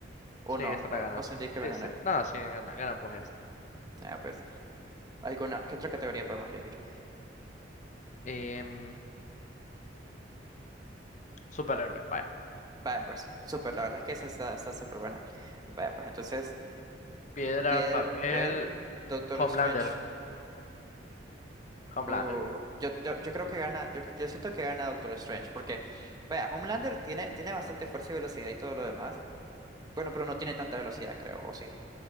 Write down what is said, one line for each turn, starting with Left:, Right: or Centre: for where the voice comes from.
Right: O
Left: Sí,
Right: no,
Left: esta la
Right: o,
Left: ganas.
Right: o sentís que me
Left: Sí,
Right: gané.
Left: sí. No, sí, gana, gana pues esto.
Right: Ah, pues. ¿Alguna? ¿Qué otra categoría podemos elegir?
Left: Em, superhéroes, vaya.
Right: Vaya, pues, súper, la verdad es que esa está, está súper buena. Vaya, pues entonces,
Left: Piedra,
Right: piedra,
Left: papel,
Right: papel, Doctor
Left: Homelander.
Right: Strange.
Left: Homelander.
Right: Uh, yo, yo, yo creo que gana, yo, yo siento que gana Doctor Strange, porque, vaya, Homelander tiene, tiene bastante fuerza y velocidad y todo lo demás. Bueno, pero no tiene tanta velocidad, creo, o sí.